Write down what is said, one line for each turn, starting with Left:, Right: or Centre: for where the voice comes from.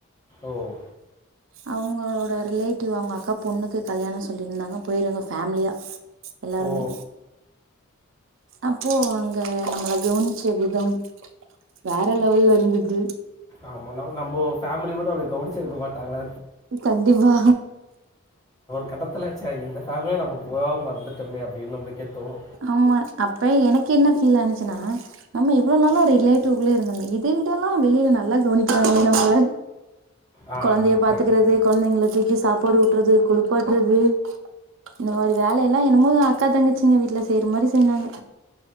Left: ஒ ஒ ஒ
Right: அவுங்களோட ரிலேட்டிவ் அவுங்க அக்கா பொண்ணுக்கு கல்யாணோ சொல்லியிருந்தாங்க போயிருந்தோ ஃபேமிலியா எல்லாருமே
Left: ஓ!
Right: அப்போ அங்க நம்மள கவ்னிச்ச விதம் வேற லெவல்ல இருந்துது
Left: ஆமா ந நம்போ ஃபேமிலி கூடோ அப்டி கவ்னிச்சுருக்க மாட்டாங்கல
Right: கண்டிப்பா
Left: கட்டத்துல ச இந்த ஃபேமிலில நம்ப போகம இர்ந்துட்டமே அப்டின் நம்ப்ளுக்கே தோனு
Right: ஆமா அப்ப எனக்கென்ன ஃபீல் ஆனுச்சுன்னா நம்ம இவ்ளோ நாளா ரிலேட்டிவ் குள்ளயே இருந்தோமே இத வி ட ல்லா வெளில நல்லா கவ்னிக்கிறாங்களே நம்பள
Left: ஆ
Right: கொழந்தைய பாத்துக்கிறது
Left: கரெக்ட்.
Right: கொழந்தைங்ள தூக்கி சாப் பாடு ஊட்றது குளுப்பாட்றது இந்த மாரி வேலையெல்லா என்னமோ அக்கா தங்கச்சீங்க வீட்ல செய்ற மாரி செஞ்சாங்க